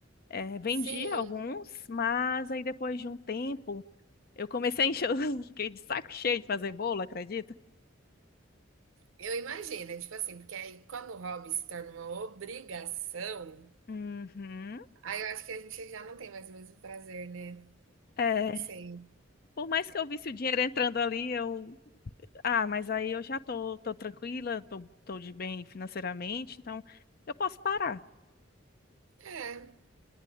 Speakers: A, on the left (about 50°); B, on the right (about 85°).
A: Eh, vendia
B: sim.
A: alguns, mas aí depois de um tempo eu comecei a encher, os- <laughs> fiquei de saco cheio de fazer bolo, acredita?
B: Eu imagino, é tipo assim, porque aí quando o hobby se torna uma obrigação,
A: Uhum.
B: aí eu acho que a gente já não tem mais o mesmo prazer, né?
A: É,
B: Não sei.
A: por mais que eu visse o dinheiro entrando ali, eu Ah, mas aí eu já tô, tô tranquila, tô, tô de bem financeiramente, então eu posso parar.
B: É.